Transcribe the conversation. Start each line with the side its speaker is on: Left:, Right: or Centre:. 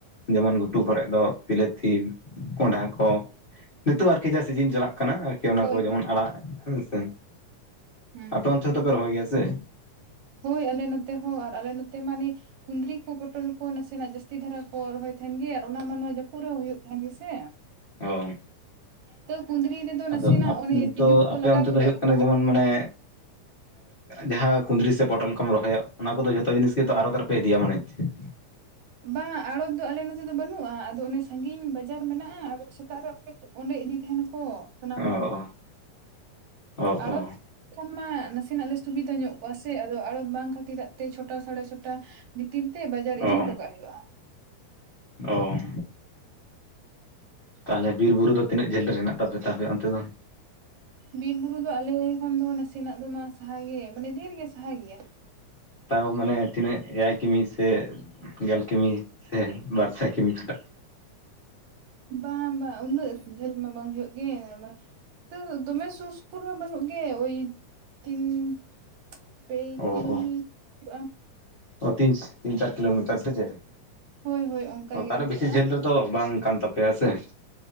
Left: ᱡᱮᱢᱚᱱ ᱜᱷᱩᱴᱩ ᱠᱚᱨᱮᱫ ᱫᱚ ᱵᱤᱞᱟᱹᱛᱤ ᱠᱚᱸᱰᱷᱟ ᱠᱚ ᱱᱤᱛᱚᱜ ᱟᱨᱠᱤ ᱡᱟᱦᱟᱸ ᱥᱤᱡᱤᱱ ᱪᱟᱞᱟᱜ ᱠᱟᱱᱟ ᱟᱨᱠᱤ ᱚᱱᱟ
Right: ᱦᱳᱭ
Left: ᱠᱚ ᱡᱮᱢᱚᱱ
Right: ᱦᱳᱭ
Left: ᱟᱲᱟᱜ
Right: ᱦᱳᱭ
Left: ᱦᱮᱸᱥᱮ
Right: ᱦᱩᱸ
Left: ᱟᱯᱮ ᱚᱱᱛᱮ ᱫᱚᱯᱮ ᱨᱚᱦᱚᱭ ᱜᱮᱭᱟ ᱥᱮ
Right: ᱦᱳᱭ ᱟᱞᱮ ᱱᱚᱛᱮ ᱦᱚᱸ ᱟᱨ ᱟᱞᱮ ᱱᱚᱛᱮ ᱢᱟᱱᱮ ᱠᱩᱫᱽᱨᱤ ᱠᱚ ᱯᱚᱴᱚᱞ ᱠᱚ ᱱᱟᱥᱮᱱᱟᱜ ᱡᱟᱹᱥᱛᱤ ᱫᱷᱟᱨᱟ ᱠᱚ ᱨᱚᱦᱚᱭ ᱛᱟᱦᱮᱱ ᱜᱮᱭᱟ ᱟᱨ ᱚᱱᱟ ᱢᱟ‌ ᱱᱚ- ᱡᱟᱹᱯᱩᱫ ᱨᱮ ᱦᱚᱸ ᱦᱩᱭᱩᱜ ᱠᱟᱱ ᱜᱮᱥᱮ
Left: ᱚ
Right: ᱛᱚ ᱠᱩᱸᱫᱽᱨᱤ ᱨᱮᱫᱚ
Left: ᱟᱫᱚ
Right: ᱱᱟᱥᱮᱱᱟᱜ ᱚᱱᱮ ᱛᱤᱡᱩ
Left: ᱛᱚ
Right: ᱠᱚᱠᱚ
Left: ᱟᱯᱮ
Right: ᱞᱟᱜᱟᱣ
Left: ᱚᱱᱛᱮ
Right: ᱜᱚᱫᱚᱜ
Left: ᱫᱚ ᱦᱩᱭᱩᱜ
Right: ᱨᱮᱦᱚᱸ
Left: ᱠᱟᱱᱟ ᱡᱮᱢᱚᱱ ᱢᱟᱱᱮ ᱡᱟᱦᱟᱸ ᱠᱩᱫᱽᱨᱤ ᱥᱮ ᱯᱚᱴᱚᱞ ᱠᱚᱢ ᱨᱚᱦᱚᱭᱟ ᱚᱱᱟ ᱠᱚᱫᱚ ᱡᱷᱚᱛᱚ ᱡᱤᱱᱤᱥ ᱜᱮᱛᱚ ᱟᱨᱚᱛ ᱨᱮᱯᱮ ᱤᱫᱤᱭᱟ ᱢᱚᱱᱮ ᱦᱚᱪᱪᱷᱮ
Right: ᱵᱟᱝ ᱟᱲᱚᱛ ᱫᱚ ᱟᱞᱮ ᱱᱚᱛᱮ ᱫᱚ ᱵᱟᱹᱱᱩᱜᱼᱟ ᱟᱫᱚ ᱚᱱᱮ ᱥᱟᱺᱜᱤᱧ ᱵᱟᱡᱟᱨ ᱢᱮᱱᱟᱜᱼᱟ ᱟᱫᱚ ᱥᱮᱛᱟᱜ ᱨᱮ ᱚᱸᱰᱮ ᱤᱫᱤ ᱛᱟᱦᱮᱱᱟᱠᱚ ᱥᱟᱱᱟᱢ
Left: ᱚ
Right: ᱦᱚᱲ-
Left: ᱚ
Right: ᱟᱲᱚᱛ
Left: ᱚ
Right: ᱠᱷᱚᱱ ᱢᱟ ᱱᱟᱥᱮᱱᱟᱜ ᱞᱮ ᱥᱩᱵᱤᱫᱟ ᱧᱚᱜ ᱠᱚᱜᱼᱟ ᱥᱮ ᱟᱫᱚ ᱟᱲᱚᱛ ᱵᱟᱝ ᱠᱷᱟᱹᱛᱤᱨᱟᱜ- ᱛᱮ ᱪᱷᱚᱴᱟ ᱥᱟᱲᱮ ᱪᱷᱚᱴᱟ ᱵᱷᱤᱛᱤᱨ ᱛᱮ ᱵᱟᱡᱟᱨ ᱤᱫᱤ
Left: ᱚ
Right: ᱦᱚᱴᱚ ᱠᱟᱜ ᱦᱩᱭᱩᱜᱼᱟ᱾
Left: ᱚ <inaudible> ᱛᱟᱦᱚᱞᱮ ᱵᱤᱨ ᱵᱩᱨᱩ ᱫᱚ ᱛᱤᱱᱟᱹᱜ ᱡᱷᱟᱹᱞ ᱨᱮ ᱦᱮᱱᱟᱜ ᱛᱟᱯᱮ ᱟᱯᱮᱭᱟᱜ ᱚᱱᱛᱮ ᱫᱚ?
Right: ᱵᱤᱨ ᱵᱩᱨᱩ ᱫᱚ ᱟᱞᱮ ᱠᱷᱚᱱ ᱫᱚ ᱱᱟᱥᱮᱱᱟᱜ ᱫᱚ ᱢᱟ ᱥᱟᱦᱟᱜᱮ ᱢᱟᱱᱮ ᱰᱷᱮᱨ ᱜᱮ ᱥᱟᱦᱟ ‌ᱜᱮᱭᱟ᱾
Left: ᱛᱟᱣ ᱢᱟᱱᱮ ᱛᱤᱱᱟᱹᱜ ᱮᱭᱟᱭ ᱠᱤᱢᱤ ᱥᱮ ᱜᱮᱞ ᱠᱤᱢᱤ ᱥᱮ ᱵᱟᱨ ᱥᱟᱭ ᱠᱤᱢᱤ ᱠᱷᱚᱴᱟᱜ?
Right: ᱵᱟᱝ ᱵᱟᱝ ᱩᱱᱟᱹᱜ ᱡᱷᱟᱹᱞ ᱢᱟ ᱵᱟᱝ ᱦᱩᱭᱩᱜ ᱜᱮ ᱢᱟᱱᱮ ᱛᱟᱹᱣ ᱫᱚᱢᱮ ᱥᱩᱨ ᱥᱩᱯᱩᱨ ᱢᱟ ᱵᱟᱹᱱᱩᱜ ᱜᱮ ᱳᱭ ᱛᱤᱱ ᱾ ᱯᱮ
Left: ᱚ
Right: ᱠᱤᱢᱤ
Left: ᱚ
Right: <unintelligible> ᱠᱚᱜᱼᱟ
Left: ᱚ ᱛᱤᱱ ᱛᱤᱱ ᱪᱟᱨ ᱠᱤᱞᱳᱢᱤᱴᱟᱨ ᱥᱮ ᱪᱮᱫ
Right: ᱦᱳᱭ ᱦᱳᱭ ᱚᱱᱠᱟ
Left: ᱛᱟᱦᱞᱮ
Right: ᱜᱮ ᱦᱩᱭᱩᱜᱼᱟ
Left: ᱵᱮᱥᱤ ᱡᱷᱟᱹᱞ ᱫᱚ ᱛᱚ ᱵᱟᱝ ᱠᱟᱱ ᱛᱟᱯᱮᱭᱟ ᱥᱮ ᱾